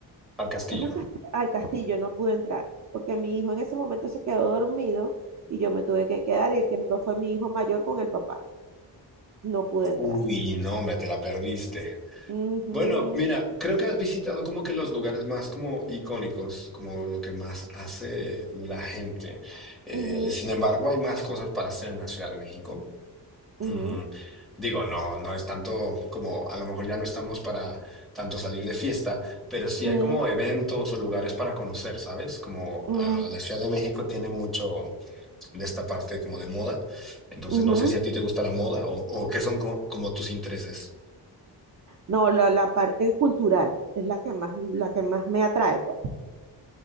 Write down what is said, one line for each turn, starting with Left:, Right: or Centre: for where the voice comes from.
Centre: Al castillo.
Right: es un cast- al castillo, no pude entrar, porque mi hijo en ese momento se quedó dormido y yo me tuve que quedar y el que entró fue mi hijo mayor con el papá. No pude entrar.
Centre: Uy, no, hombre, te la perdiste.
Right: Ujú,
Centre: Bueno, mira, creo que has visitado como que los lugares más como icónicos, como lo que más hace la gente. Eh,
Right: ujú,
Centre: sin embargo, hay más cosas para hacer en la Ciudad de México.
Right: ujú,
Centre: Mm, digo, no, no es tanto como, a lo mejor ya no estamos para tanto salir de fiesta, pero sí
Right: ujú,
Centre: hay como eventos o lugares para conocer, ¿sabes? Como
Right: ujú,
Centre: ah, la Ciudad de México tiene mucho de esta parte como de moda. Entonces,
Right: ujú.
Centre: no sé si a ti te gusta la moda o, o qué son co- como tus intereses.
Right: No, la, la parte cultural es la que más, la que más me atrae. pues.